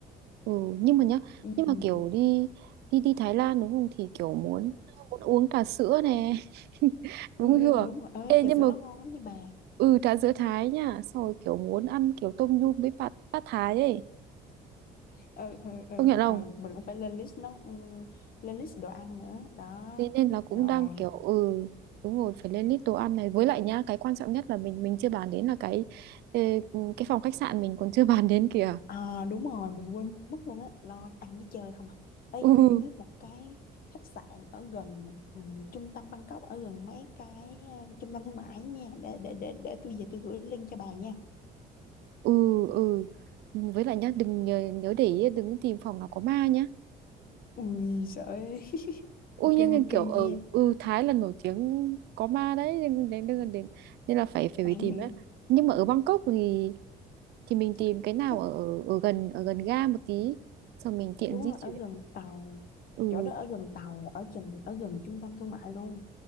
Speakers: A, on the right; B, on the left.
A: Ừ, nhưng mà nhá,
B: ừ,
A: nhưng
B: ừ,
A: mà kiểu
B: ừ,
A: đi đi đi Thái Lan đúng không thì kiểu muốn muốn uống trà sữa nè. <laughs>
B: ừ,
A: Đúng
B: ừ,
A: chưa?
B: đúng rồi ơi
A: Ê
B: trà
A: nhưng
B: sữa
A: mà
B: nó ngon lắm nha bà
A: ừ trà sữa Thái nha, xong rồi kiểu muốn ăn kiểu tôm nhum với bát bát Thái ấy.
B: ừ, ừ, ừ,
A: Công nhận không?
B: ừ, mình cũng phải lên list nó ừ, lên list đồ ăn nữa đó
A: Thế nên là cũng
B: rồi
A: đang kiểu ừ đúng rồi phải lên list đồ ăn này với lại nhá cái quan trọng nhất là mình mình chưa bàn đến là cái ờ, cái phòng khách sạn mình còn chưa <laughs> bàn đến kìa
B: à, đúng rồi mình quên mất luôn á lo ăn với chơi không à ê
A: ừ
B: tôi biết một cái khách sạn ở gần ừ, trung tâm Bangkok ở gần mấy cái ờ, trung tâm thương mại nha để để để để tôi về tôi gửi link cho bà nha
A: ừ ừ với lại nhá đừng nhớ, nhớ để ý đừng có tìm phòng nào có ma nhá
B: ui sợ ơi. <laughs>
A: Ui
B: ok
A: nhưng mà
B: ok
A: kiểu ở
B: nha
A: ừ, Thái là nổi tiếng có ma đấy nên đến nên, đến nên là phải phải
B: ừ.
A: phải tìm á nhưng mà ở Bangkok thì thì mình
B: chắc
A: tìm cái
B: chắc
A: nào
B: chắc
A: ở ở gần ở gần ga một tí xong mình tiện
B: đúng
A: di
B: rồi
A: chuyển
B: ở gần tàu
A: ừ
B: chỗ đó ở gần tàu ở chừng ở gần trung tâm thương mại luôn